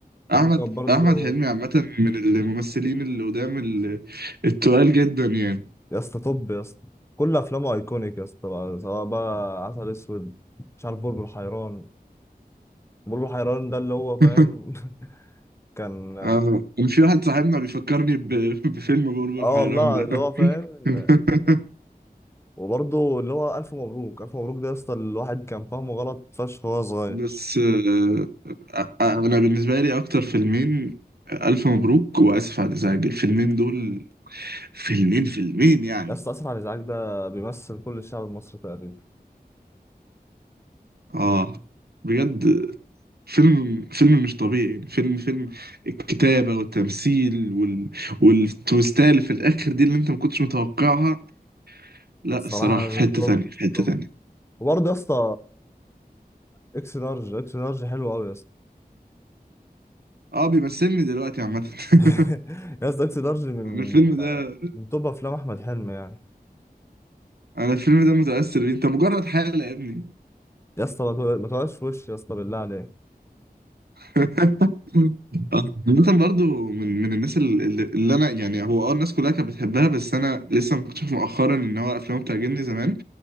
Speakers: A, on the left (about 15°); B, on the right (about 80°).
A: بفكر
B: احمد
A: برضو
B: احمد حلمي عامه من الممثلين اللي قدام ال... التقال جدا يعني
A: يا اسطى طب يا اسطى كل افلامه ايكونيك يا اسطى بقى سواء بقى عسل اسود مش عارف بلبل حيران بلبل حيران ده اللي هو فاهم
B: <laughs>
A: <laughs> كان
B: اه كان في واحد صاحبنا بيفكرني ب... بفيلم بلبل
A: اه
B: حيران
A: والله
B: ده
A: اللي هو فاهم
B: <laughs>
A: وبرضه اللي هو الف مبروك الف مبروك ده يا اسطى الواحد كان فاهمه غلط فشخ وهو صغير
B: بس آه، آه، آه، انا بالنسبه لي اكتر فيلمين آه، الف مبروك واسف على الازعاج الفيلمين دول فيلمين فيلمين يعني
A: يا اسطى اسف على الازعاج ده بيمثل كل الشعب المصري تقريبا
B: اه بجد فيلم فيلم مش طبيعي يعني فيلم فيلم الكتابه والتمثيل وال... والتويستات اللي في الاخر دي اللي انت ما كنتش متوقعها لا
A: الصراحه
B: الصراحه في حته
A: طب
B: تانية في حته
A: طب
B: تانية
A: وبرضه يا اسطى اكس لارج اكس لارج حلو قوي يا اسطى
B: اه بيمثلني دلوقتي عامه <laughs>
A: <laughs> يا اسطى اكس لارج من
B: انا الفيلم ده
A: من توب افلام احمد حلمي يعني
B: انا الفيلم ده متاثر بيه انت مجرد حاله يا ابني
A: يا اسطى ما تو- ما تقعدش في وشي يا اسطى بالله عليك
B: <laughs> مثلا برضو من من الناس ال- ال- اللي انا يعني هو اه الناس كلها كانت بتحبها بس انا لسه مكتشف مؤخرا ان هو افلامه بتعجبني زمان